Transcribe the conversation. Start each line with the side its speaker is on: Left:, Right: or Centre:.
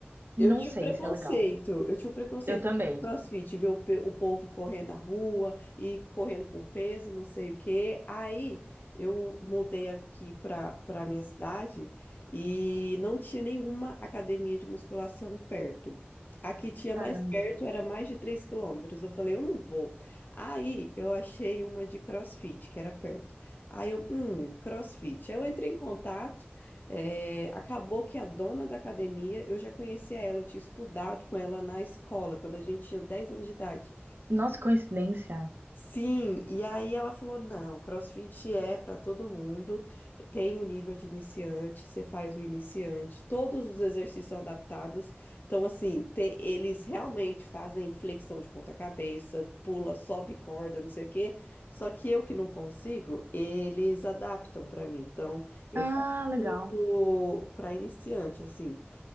Right: não
Left: Eu tinha
Right: sei
Left: um preconceito,
Right: se é legal.
Left: eu tinha um preconceito
Right: Eu também.
Left: com CrossFit, ver o, pe- o povo correndo na rua e correndo com peso, não sei o quê. Aí eu mudei aqui para para minha cidade e não tinha nenhuma academia de musculação perto. Aqui tinha mais
Right: Caramba.
Left: perto, era mais de 3 quilômetros. Eu falei, eu não vou. Aí eu achei uma de CrossFit, que era perto. Aí eu, hum, CrossFit. Aí eu entrei em contato. É, acabou que a dona da academia, eu já conhecia ela, eu tinha estudado com ela na escola, quando a gente tinha 10 anos de idade.
Right: Nossa, que coincidência.
Left: Sim, e aí ela falou: não, CrossFit é para todo mundo, tem o nível de iniciante, você faz o iniciante, todos os exercícios são adaptados. Então, assim, te- eles realmente fazem flexão de ponta-cabeça, pula, sobe corda, não sei o quê. Só que eu que não consigo, eles adaptam para mim. Então, eu
Right: Ah,
Left: faço
Right: legal.
Left: tudo para iniciante, assim.